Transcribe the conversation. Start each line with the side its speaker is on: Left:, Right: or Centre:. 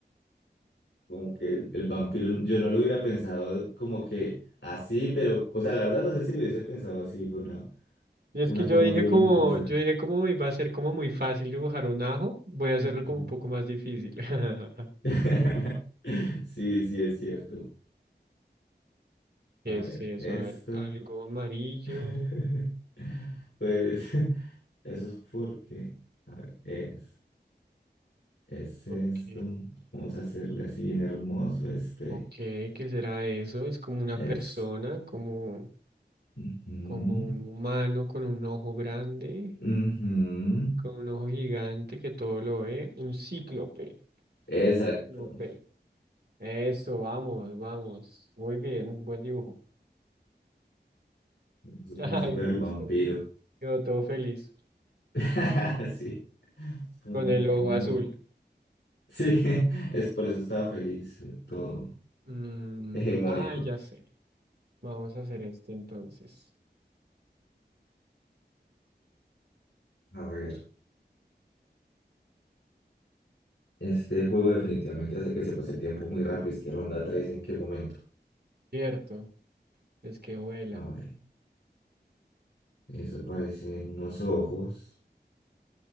Left: Como que el, el vampiro, yo no lo hubiera pensado como que así, pero, o sea, la verdad no sé si lo hubiese pensado así, fue una,
Right: Y
Left: una
Right: es que yo
Left: forma
Right: dije
Left: bien
Right: como,
Left: interesante.
Right: yo dije como iba a ser como muy fácil dibujar un ajo, voy a hacerlo
Left: Ujú.
Right: como un poco más difícil. <laughs>
Left: <laughs> Sí, sí, es cierto.
Right: ¿Qué
Left: A
Right: es
Left: ver,
Right: eso?
Left: esto.
Right: A ver, algo amarillo.
Left: <laughs> Pues <laughs> eso es porque, a ver, es, es esto.
Right: Ok.
Left: Vamos a hacerle así bien hermoso este.
Right: Ok, ¿qué será eso? Es como una
Left: Es.
Right: persona, como,
Left: ujú,
Right: como un humano con un ojo grande,
Left: ujú.
Right: con un ojo gigante que todo lo ve. Un cíclope.
Left: Exacto.
Right: No Eso, vamos, vamos. Muy bien, buen dibujo.
Left: No,
Right: <laughs>
Left: no supera
Right: Ay, me gustó.
Left: el vampiro.
Right: Quedó todo feliz
Left: <laughs> Sí. Es como,
Right: con
Left: bueno,
Right: el
Left: tengo
Right: ojo
Left: uno
Right: azul.
Left: Sí, <laughs> es por eso estaba feliz. eh, Todo
Right: Mm,
Left: hegemónico.
Right: ah, ya sé. Vamos a hacer este entonces.
Left: A ver. Este juego definitivamente hace que se pase el tiempo muy rápido. Es que ronda 3 en qué momento.
Right: Cierto, es que vuela.
Left: A ver. Eso aparecen unos ojos.